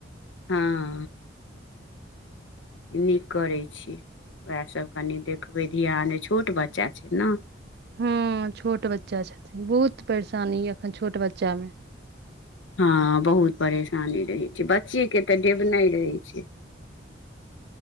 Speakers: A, on the left; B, on the right.
A: हँ नीक करैत छी उएहसभ कनि देखबै ध्यान छोट बच्चा छै ने
B: ह छोट बच्चा छथिन बहुत परेशानी य अखन छोट बच्चा मे
A: हँ बहुत परेशानी रहैत छै बच्चे के तऽ डेबना रहे छै